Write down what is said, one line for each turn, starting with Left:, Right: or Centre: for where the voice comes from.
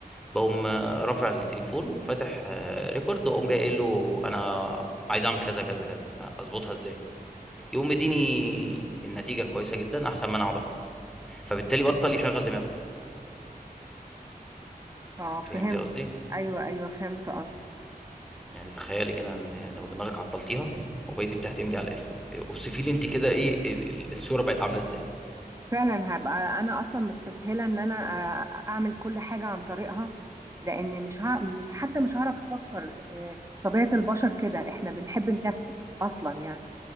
Centre: بقوم آه، رافع التليفون وفاتح آه، ريكورد واقوم جاي قايل له انا عايز اعمل كذا كذا كذا اظبطها ازاي يقوم مديني النتيجه كويسه جدا احسن ما انا اقعد افكر فبالتالي بطل يشغل دماغه
Right: اه فهمت
Centre: فهمتي قصدي
Right: ايوه ايوه فهمت قصدك
Centre: يعني تخيلي كده ان يعني لو دماغك عطلتيها وبقيتي بتعتمدي على الاله اوصفي لي انت كده ايه ال- ال- الصوره بقت عامله ازاي
Right: فعلا هبقى انا اصلا مستسهلة ان انا آه، اعمل كل حاجة عن طريقها لان مش, ها... مش حتى مش هعرف افكر آه، طبيعة البشر كده احنا بنحب نكسل اصلا يعني